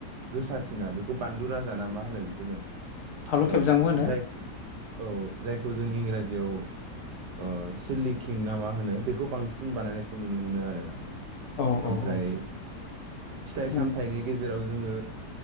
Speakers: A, on the right; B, on the left.
A: गोसासिना बेखौ बानलु राजा ना मा होनो बेखौ जों ओ
B: फानलु खेबजांबो होनो
A: जाय औ जायखौ जों इंराजियाव ओ सिलिकिं ना मा होनो बेखौ बांसिन बानायनायखौ नुनो मोनो आरोना
B: औ
A: ओमफ्राय
B: औ औ
A: फिथाइ
B: उम
A: सामथायनि गेजेर जेराव जोङो